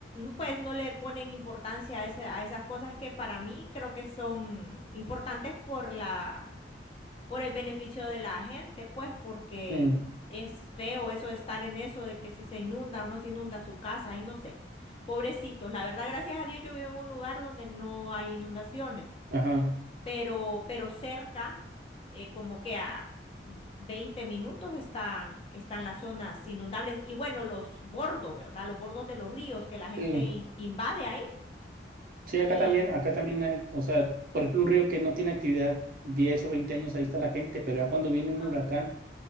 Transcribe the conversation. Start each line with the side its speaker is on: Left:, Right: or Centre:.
Left: pues no le ponen importancia a, ese- a esas cosas que para mí creo que son importantes por la, por el beneficio de la gente, pues porque
Right: Sí.
Left: es feo eso de estar en eso de que si se inunda o no se inunda su casa, y no sé. Pobrecitos, la verdad, gracias a Dios yo vivo en un lugar donde no hay inundaciones
Right: Ajá.
Left: pero, pero cerca, eh, como que a 20 minutos están, están las zonas inundables y bueno, los bordos, ¿verdad? Los bordos de los ríos que la gente
Right: Sí.
Left: in- invade ahí
Right: Sí, acá
Left: y,
Right: también, acá también hay, o sea, por ejemplo, un río que no tiene actividad 10 o 20 años, ahí está la gente, pero ya cuando viene un
Left: ajá.
Right: huracán,